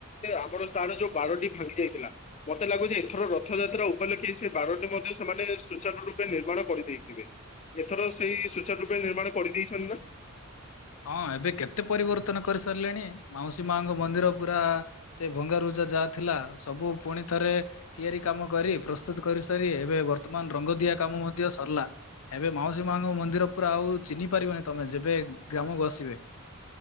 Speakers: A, on the left; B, on the left.
A: ଆମର ତାର ଯୋଉ ବାଡ଼ଟି ଭାଙ୍ଗି ଯାଇଥିଲା। ମତେ ଲାଗୁ ଯେ ଏଥର ର ରଥଯାତ୍ରା ଉପଲକ୍ଷେ ସେ ବାଡ଼ଟି ମଧ୍ୟ ସେମାନେ ସୁଚାର ରୂପେ ନିର୍ମାଣ କରିଦେଇଥିବେ ଏଥର ସେଇ ସୁଚାର ରୂପେ ନିର୍ମାଣ କରିଦେଇଛନ୍ତି ନା।
B: ହଁ ଏବେ କେତେ ପରିବର୍ତ୍ତନ କରିସାରିଲେଣି। ମାଉସୀ ମାଙ୍କ ମନ୍ଦିର ପୁରା ସେ ଭଙ୍ଗାରୁଜା ଯାହା ଥିଲା ସବୁ ପୁଣି ଥରେ ତିଆରି କାମ କରି ପ୍ରସ୍ତୁତ କରି ସାରି ଏବେ ବର୍ତ୍ତମାନ ରଙ୍ଗ ଦିଆ କାମ ମଧ୍ୟ ସରିଲା। ଏବେ ମାଉସୀ ମାଙ୍କ ମନ୍ଦିର ପୁରା ଆଉ ଚିହ୍ନି ପାରିବନି ତମେ ଯେବେ ଗ୍ରାମକୁ ଆସିବେ।